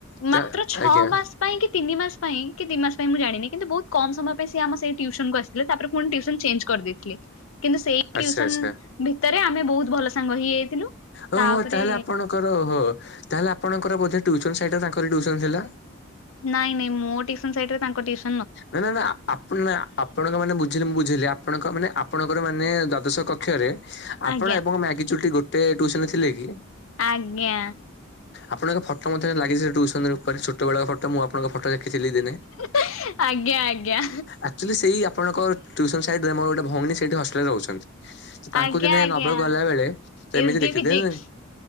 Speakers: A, on the left; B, on the left.
A: ତା
B: ମାତ୍ର ଛଅ
A: ଆଜ୍ଞା
B: ମାସ ପାଇଁ କି ତିନି ମାସ ପାଇଁ କି ଦି ମାସ ପାଇଁ ମୁଁ ଜାଣିନି କିନ୍ତୁ ବହୁତ କମ ସମୟ ପାଇଁ ସେ ଆମ ସେଇ ଟ୍ୟୁସନକୁ ଆସିଥିଲେ ତାପରେ ମୁଁ ଫୁଣି ଟ୍ୟୁଉସନ ଚେଞ୍ କରିଦେଇଥିଲି କିନ୍ତୁ ସେଇସ
A: ଆଚ୍ଛା
B: ଟ୍ୟୁଉସନ
A: ଆଚ୍ଛା
B: ଭିତରେ ଆମେ ବହୁତ ଭଲ ସାଙ୍ଗ ହେଇଯାଇଥିଲୁ।
A: ଓ
B: ତାପରେ
A: ହୋ ତାହେଲେ ଆପଣଙ୍କର ଓହୋ ତାହେଲେ ଆପଣଙ୍କର ବୋଧେ ଟ୍ୟୁଉସନ ସାଇଡ୍ ରେ ତାଙ୍କରି ଟ୍ୟୁଉସନ ଥିଲା।
B: ନାଇଁ ନାଇଁ ମୋ ଟ୍ୟୁଉସନ ସାଇଡ୍ ରେ ତାଙ୍କ ଟ୍ୟୁଉସନ
A: ନାଁ ନାଁ। ଆପଣ ନାଁ ଆପଣଙ୍କ ମାନେ ବୁଝିଲ ମୁଁ ବୁଝିଲି ଆପଣଙ୍କ ମାନେ ଆପଣଙ୍କର ମାନେ ଦ୍ଵାଦଶ କକ୍ଷରେ ଆପଣ
B: ଆଜ୍ଞା
A: ଆପଣଙ୍କ ମ୍ୟାଗି ଚୁଟି ଗୋଟେ ଟ୍ୟୁଉସନ ରେ ଥିଲେ କି?
B: ଆଜ୍ଞା।
A: ଆପଣଙ୍କ ଫଟୋ ମଧ୍ୟ ଲାଗି ଟ୍ୟୁଉସନ ଉପରେ ଛୋଟ ବେଳ ର ଫଟୋ ମୁଁ ଆପଣଙ୍କ ଫଟୋ ଦେଖିଥିଲି ଦିନେ
B: ଏଁହେଁ ଆଜ୍ଞା ଆଜ୍ଞା।
A: ଆଚ୍ୟୁୟେଲି ସେଇ ଆପଣଙ୍କ ଟ୍ୟୁଉସନ ସାଇଡ୍ ରେ ମୋର ଗୋଟେ ଭଉଣୀ ସେଇଠି ହଷ୍ଟେଲରେ ରହୁଛନ୍ତି। ତାଙ୍କୁ
B: ଆଜ୍ଞା
A: ଦିନେ
B: ଆଜ୍ଞା
A: ନବାକୁ ଗଲା ବେଳେ ତ
B: ଏସ୍
A: ଏମିତି
B: ଡି
A: ଦେଖିଦେଲି
B: ଫିଜିକ୍ସ